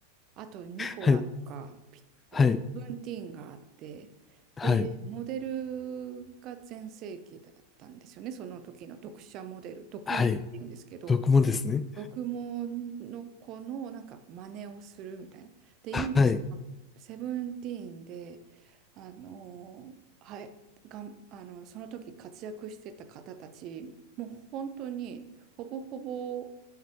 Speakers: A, on the right; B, on the left.
A: あとニコラとか、
B: はい。
A: ピ、えーセブンティーンがあって、
B: はい。はい。
A: で、モデルが全盛期だったんですよね。その時の読者モデル、読モっていうんですけど、
B: はい。僕もですね。
A: 読モの子のなんか真似をするみたいな。で、今、
B: はい。
A: セブンティーンで、あのはい、がん、あの、その時活躍してた方たち、もう本当にほぼほぼ